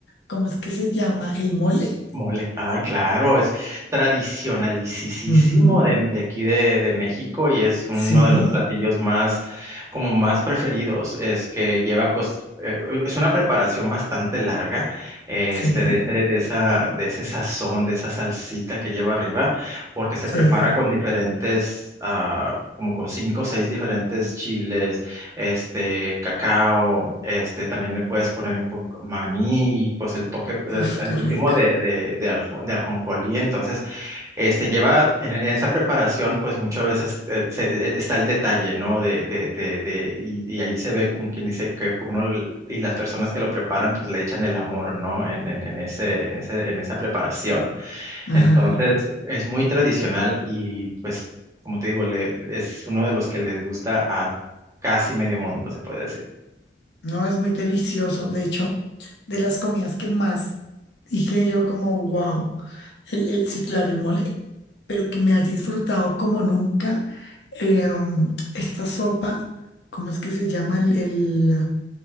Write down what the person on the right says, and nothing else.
Mole, ah, claro, es tradicionalicisísimo
de, de aquí de, de México y es uno
de los platillos más, como más preferidos. Es que lleva, pues, eh, es una preparación bastante larga, eh,
este, de ese, de esa, de ese sazón, de esa salsita que lleva arriba, porque se
prepara con diferentes, ah, como con cinco o seis diferentes chiles este, cacao, este, también le puedes poner un poco maní, pues el toque, el,
el
último
de, de, de, aljo- de ajonjolí, entonces, este, lleva, en, en esa preparación, pues muchas veces eh, se- eh, está el detalle, ¿no? De, de, de, de- y, y ahí se ve como quien dice que uno, l- y las personas que lo preparan, pues le echan el amor, ¿no? En, en, en ese, en ese, en esa preparación.
Entonces, es muy tradicional y pues, como te digo, le, es uno de los que les gusta a casi medio mundo, se puede decir.